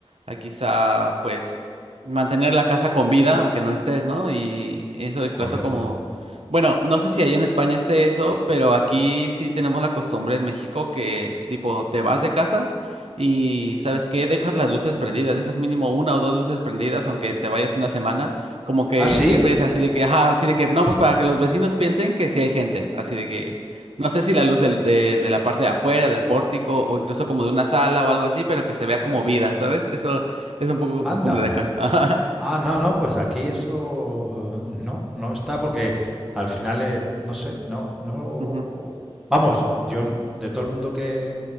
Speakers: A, on the right; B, in the centre.
A: a quizá, pues, mantener la casa con vida, aunque no estés, ¿no? Y eso, incluso
B: Correcto.
A: como, bueno, no sé si allá en España esté eso, pero aquí sí tenemos la costumbre en México que, tipo, te vas de casa y, ¿sabes qué? Dejas las luces prendidas, dejas mínimo una o dos luces prendidas, aunque te vayas una semana. Como que
B: ¿Ah, sí?
A: siempre dicen así de que, ajá, así de que, no, pues para que los vecinos piensen que sí hay gente, así de que, no sé si la luz del- de, de la parte de afuera, del pórtico, o incluso como de una sala o algo así, pero que se vea como vida, ¿sabes? Eso es un poco
B: Anda.
A: costumbre de acá. <laughs> Ajá.
B: Ah, no, no, pues aquí eso eh, no, no está porque al final, eh, no sé, no, no.
A: Ujú.
B: Vamos, yo n- de todo el mundo que,